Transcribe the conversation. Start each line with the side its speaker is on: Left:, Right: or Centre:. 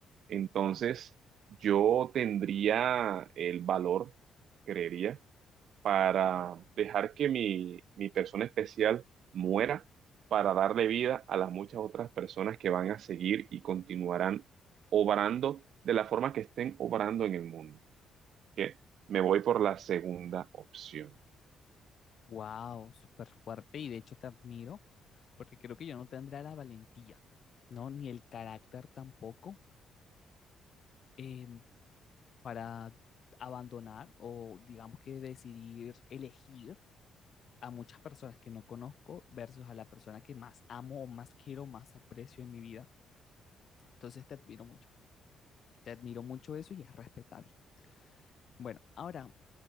Right: Entonces, yo tendría el valor, creería para dejar que mi, mi persona especial muera, para darle vida a las muchas otras personas que van a seguir y continuarán obrando de la forma que estén obrando en el mundo. Que me voy por la segunda opción.
Left: Wow, súper fuerte y de hecho te admiro porque creo que yo no tendría la valentía, ¿no? Ni el carácter tampoco eh, para abandonar o digamos que decidir elegir a muchas personas que no conozco versus a la persona que más amo o más quiero, más aprecio en mi vida. Entonces te admiro mucho, te admiro mucho eso y es respetable. Bueno, ahora,